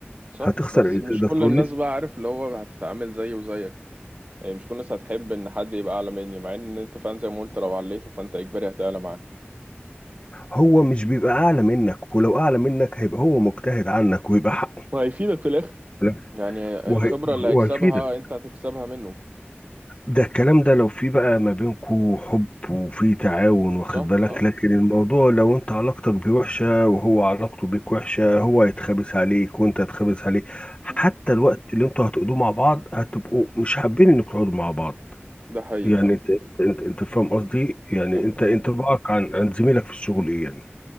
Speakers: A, on the right; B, on the left.
A: صح
B: هتخسر
A: بس
B: ايه تقدر
A: مش كل
B: تقول
A: الناس
B: لي
A: بقى عارف اللي هو هتتعامل زيه وزيك يعني مش كل الناس هتحب ان حد يبقى اعلى مني مع ان انت فعلا زي ما قلت لو عليته فانت اجباري هتعلى معاه
B: هو مش بيبقى اعلى منك ولو اعلى منك هيبقى هو مجتهد عنك ويبقى حقه
A: وهيفيدك في الاخر
B: لا.
A: يعني
B: وهي...
A: الخبره اللي
B: وهيفيدك
A: هيكسبها انت هتكسبها منه
B: ده الكلام ده لو في بقى ما بينكو حب وفي تعاون واخد
A: صح
B: بالك
A: اه
B: لكن الموضوع لو انت علاقتك بيه وحشة وهو علاقته بيك وحشة هو هيتخابس عليك وانت هتخابس عليه حتى
A: صح
B: الوقت اللي انتوا هتقضوه مع بعض هتبقوا مش حابين انك تقعدوا مع بعض
A: ده حقيقي
B: يعني
A: فعلا
B: انت انت, انت فاهم قصدي يعني
A: فاهم
B: انت
A: قصدك
B: انطباعك عن عن زميلك في الشغل ايه يعني